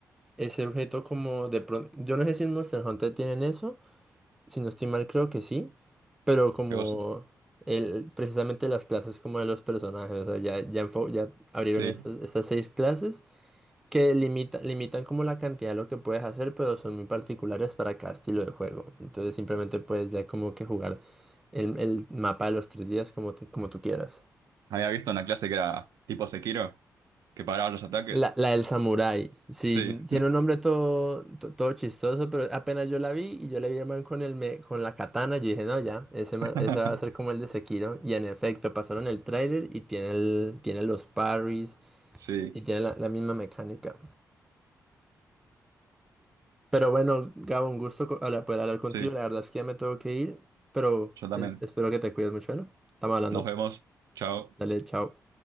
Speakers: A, in the centre; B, on the right.
A: ese objeto como de pronto, yo no sé si en Monster Hunter tienen eso, si no estoy mal creo que sí, pero como...
B: Qué cosa.
A: El, precisamente las clases como de los personajes, o sea, ya, ya, enfo- ya abrieron
B: Sí.
A: estas, estas seis clases que limita, limitan como la cantidad de lo que puedes hacer, pero son muy particulares para cada estilo de juego. Entonces simplemente puedes ya como que jugar el, el mapa de los tres días como, te- como tú quieras.
B: Había visto una clase que era tipo Sekiro, que paraba los ataques.
A: La, la del samurái, sí,
B: Sí.
A: tiene un nombre todo, to- todo chistoso, pero apenas yo la vi y yo le vi al man con, el me- con la katana, yo dije, no, ya, ese, ma-
B: <laughs>
A: ese va a ser como el de Sekiro. Y en efecto, pasaron el trailer y tiene, el, tiene los parries
B: Sí,
A: y tiene la la misma mecánica. Pero bueno, Gabo, un gusto co- hablar- poder hablar contigo.
B: sí.
A: La verdad es que ya me tengo que ir, pero
B: Yo también.
A: eh, espero que te cuides mucho, ¿no? Estamos hablando.
B: Nos vemos. Chao.
A: Dale, chao.